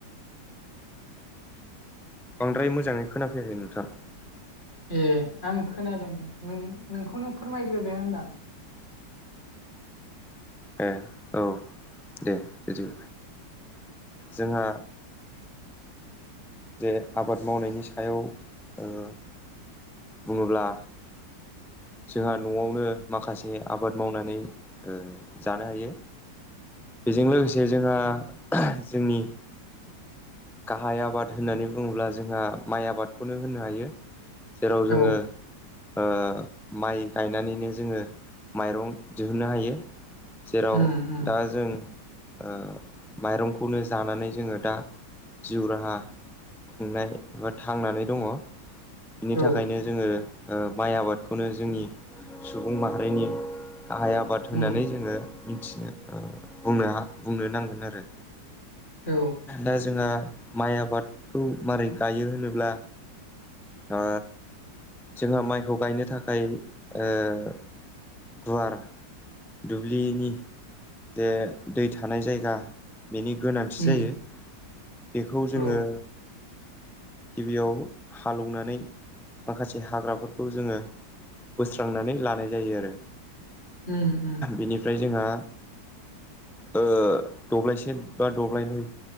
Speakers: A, in the centre; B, on the left.
A: बांद्राय मोजाङै खोनाफैायाखै नोंथां।
B: ए आं खोनादों नों नोंखौ नों फोरमायग्रोदो होनदां।
A: ए औ दे बिदि जोंहा जे आबाद मावनायनि सायाव ओ बुङोब्ला जोंहा न'आवनो माखासे आबाद मावनानै ओ जानो हायो। बेजों लोगोसे जोंहा जोंनि गाहाय आबाद होननानै बुङोब्ला जोंहा माइ आबादखौनो होननो हायो। जेराव जोङो
B: औ
A: ओ माइ गायनानैनो जोङो माइरं दिहुननो हायो। जेराव
B: उम उम
A: दा जों ओ माइरंखौनो जानानै जोङो दा जिउ राहा खुंनाय एबा थांनानै दङ। बिनि
B: औ
A: थाखायनो जोङो ओ माइ आबादखौनो जोंनि सुबुं माहारिनि गाहाय आबाद होननानै
B: उम
A: जोङो मिथिनो बुंनो नांगोन आरो।
B: औ।
A: दा जोंहा माइ आबादखौ मारै गायो होनोब्ला? आ। जोंहा माइखौ गायनो थाखाय ओ गुवार दुब्लिनि जे दै थानाय जायगा बेनि गोनांथि
B: उम
A: जायो। बेखौ जोङो
B: औ
A: गिबियाव हालौवनानै माखासे हाग्राफोरखौ जोङो। बोस्रांनानै लानाय जायो आरो,
B: उम उम
A: बेनिफ्राय जोंहा ओ दब्लायसे बा दब्लायनै